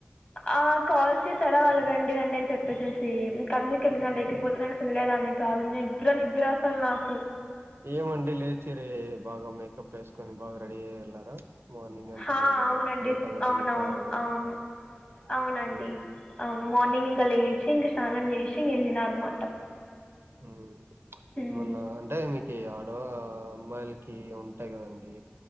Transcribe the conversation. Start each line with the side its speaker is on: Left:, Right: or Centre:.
Left: ఆ కాల్ చేసర వాళ్ళు రండి రండి అని చెప్పేసి ఇ అందుకెళ్ళినా లేకపోతే
Right: ఉమ్.
Left: నేను అసలు వెళ్లే దాన్ని కాదు నిద్ర నిద్ర అసలు నాకు
Right: ఈ ఏమండి లేచిరి బాగా మేకప్ వేసుకొని బాగా రెడీ అయి వెళ్లారా మార్నింగ్ అంత
Left: హా
Right: మార్నింగే
Left: అవునండి
Right: లేట్ అవ్వడానికి
Left: అవునవును
Right: కారణాలు
Left: అవును అవునండి
Right: మ్మ్
Left: అవును మార్నింగ్ ఇంకా లేచి ఇంక స్నానం చేసి ఇంగ వెళ్ళిన అనమాట
Right: ఉ
Left: హ్మ్.
Right: మొన్న అంటే మీ ఆడ అమ్మాయిలకి ఉంటాయి కదండి